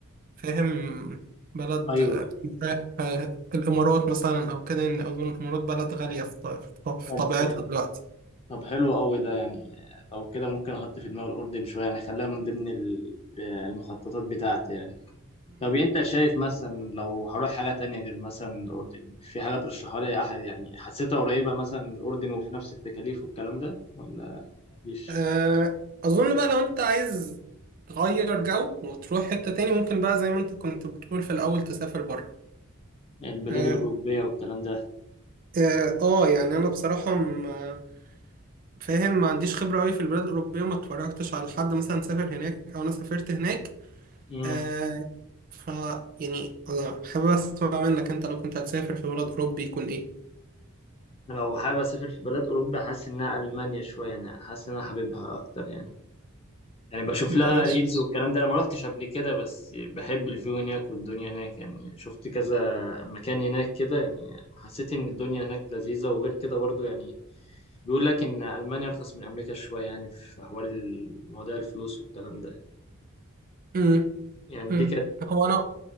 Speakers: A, on the right; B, on the left.
A: فاهم بلد
B: أيوه
A: آه، رايح آه، الامارات مثلا او كده ان اظن الامارات بلد غاليه في ط- في
B: طب
A: طبيعتها دلوقتي
B: طب حلو قوي ده يعني لو كده ممكن أحط في دماغي الأردن شوية يعني أخليها من ضمن ال- المخططات بتاعتي يعني طب انت شايف مثلا لو هروح حاجة تانية غير مثلا الأردن في حاجة ترشحها لي أح- يعني حسيتها قريبة مثلا من الأردن وفي نفس التكاليف والكلام ده ولا مفيش
A: آه، أظن بقى لو أنت عايز تغير جو وتروح حتة تاني ممكن بقى زي ما أنت كنت بتقول في الأول تسافر بره
B: البلاد
A: آه,
B: الأوروبية والكلام ده
A: آه, آه يعني أنا بصراحة م- فاهم ما عنديش خبرة أوي في البلاد الأوروبية ما اتفرجتش على حد مثلا سافر هناك أو أنا سافرت هناك
B: امم
A: آه ف يعني أنا حابب أسمع منك أنت لو كنت هتسافر في بلد أوروبي يكون إيه؟
B: لو حابب أسافر في بلاد أوروبا حاسس إنها ألمانيا شوية يعني حاسس إن أنا حاببها أكتر يعني يعني بشوف لها
A: ده بس
B: ريلز والكلام ده أنا ما روحتش قبل كده بس بحب الفيو هناك والدنيا هناك يعني شفت كذا مكان هناك كده يعني حسيت إن الدنيا هناك لذيذة وغير كده برضو يعني بيقول لك إن ألمانيا أرخص من أمريكا شوية يعني في حوار مواضيع الفلوس والكلام ده
A: مم.
B: يعني
A: مم.
B: دي كانت
A: هو أنا